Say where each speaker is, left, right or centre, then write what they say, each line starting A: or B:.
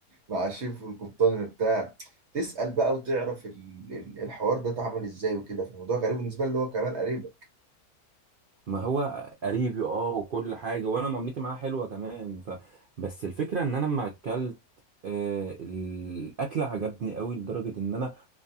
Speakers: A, on the right; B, on the right.
A: مع الشيف والقبطان بتاع تسال بقى وتعرف ال- ال- الحوار ده اتعمل ازاي وكده فالموضوع غريب بالنسبه لي اللي هو كمان قريبه
B: ما هو قريبي اه وكل حاجة وانا معاملتي معاه حلوة كمان ف بس الفكرة ان انا لما اكلت آه، الاكل عجبني قوي لدرجة ان انا